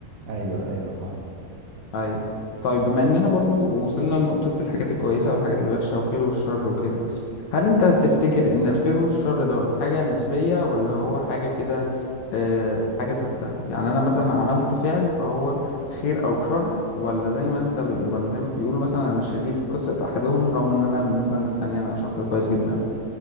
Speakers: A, on the right; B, on the left.
A: ايوه ايوه فاهم
B: ايوه طيب بما اننا برضو وصلنا لنقطة الحاجات الكويسة والحاجات الوحشة والخير والشر وكده هل انت تفتكر ان الخير والشر دوت حاجة نسبية ولا هو حاجة كده آه حاجة ثابتة يعني انا مثلا عملت فعل فهو خير او شر ولا زي ما انت ب... ولا زي ما بيقولوا مثلا انا شرير في قصة احدهم رغم ان انا بالنسبة لناس تانية انا شخص كويس جدا